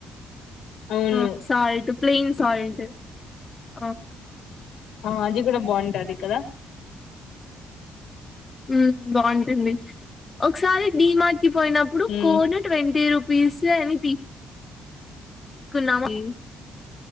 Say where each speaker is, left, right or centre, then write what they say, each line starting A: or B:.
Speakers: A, on the left; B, on the left.
A: అవును
B: ఆ సాల్ట్ ప్లెయిన్ సాల్ట్ ఆ
A: ఆ అది గుడ బాగుంటాది కదా
B: మ్ బాగుంటుంది ఒక్సారి డీమార్ట్ కి పోయినప్పుడు
A: ఉమ్
B: కోన్ ట్వంటీ రూపీసే అని తీ కున్నాము.